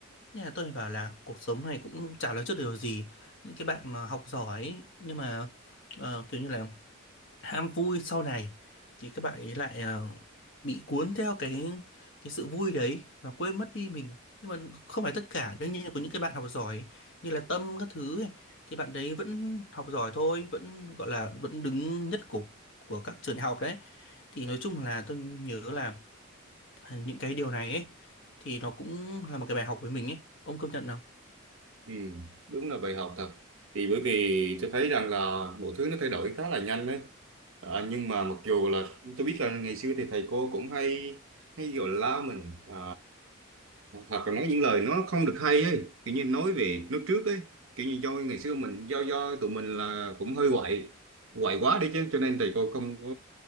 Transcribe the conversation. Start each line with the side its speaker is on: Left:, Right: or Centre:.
Left: nên là tôi phải bảo là cuộc sống này cũng chả nói trước điều gì. Những cái bạn mà học giỏi ấy, nhưng mà ờ, kiểu như là ham vui sau này thì các bạn ấy lại ờ, bị cuốn theo cái cái sự vui đấy và quên mất đi mình. Nhưng mà không phải tất cả, đương nhiên là có những cái bạn học giỏi như là Tâm các thứ ấy, thì bạn đấy vẫn học giỏi thôi, vẫn gọi là vẫn đứng nhất của của các trường đại học đấy. Thì nói chung là tôi nhớ là ờ, những cái điều này ấy thì nó cũng là một cái bài học với mình ấy. Ông công nhận không?
Right: Ừ, đúng là bài học thật. Thì bởi vì tôi thấy rằng là mọi thứ nó thay đổi khá là nhanh đấy. À, nhưng mà mặc dù là tôi biết là ngày xưa thì thầy cô cũng hay hay gọi la mình à, hoặc là nói những lời nó không được hay ấy, kiểu như nói về nói trước ấy, kiểu như do ngày xưa mình do do tụi mình là cũng hơi quậy quậy quá đi chứ cho nên thầy cô không có